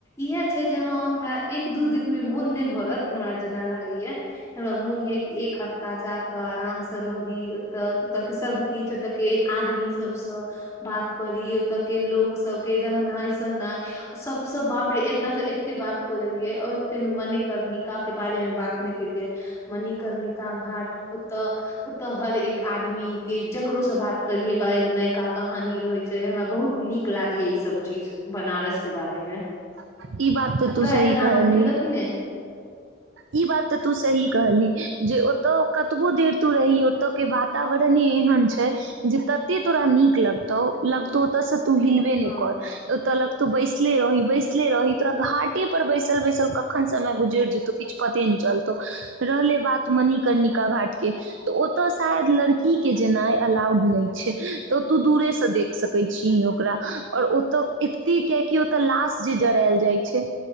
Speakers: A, on the left; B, on the right.
A: इएह छै जे ह हमरा एक दू दिन मे मोन नहि भरत हमरा जेना लागैया हमरा मोन ये कि एक हफ्ता जाक आराम से रही ओतऽ ओऽ के सब किछु ओतय के आदमी सबसँ बात करी ओतय के लोक सबके रहनाय सहनाय सबसँ बाप रे अपनासँ एते बात को देलियै ओतेमे मणिकर्णिका के बारे मे बात नहि केलियै मणिकर्णिका घाट ओतऽ ओतय हर एक आदमी के जकरो से बात करही ओकरा एगो नयका कहानी रहै छै हमरा बहुत नीक लागैया ई सब चीज बनारस के बारे मे
B: <inaudible> ई बात तऽ
A: तोरा
B: तू सही
A: एहन
B: कहली
A: आदमी मिललौ कि नहि
B: ई बात तऽ तू सही कहली जे ओतय कतबो देर तू रही ओतय के वातावरणे एहन छै जे तते तोरा नीक लगतौ लगतौ ओतयसँ त हिलब नहि
A: हँ
B: कर
A: हँ
B: ओ तऽल <unintelligible> ले रही बैसले रही तोरा घाटे पर बैसल बैसल कखन समय गुजरि जेतौ किछु पते नहि चलतौ रहले बात त मनीकर्णिका घाट के तऽ ओतय शायद लड़की के जेनाय अलाउड नहि छै तऽ तू दूरेसँ देख सकै छीयी ओकरा आओर ओतय एते कियकि ओतय लाश जे जरायल जाइ छै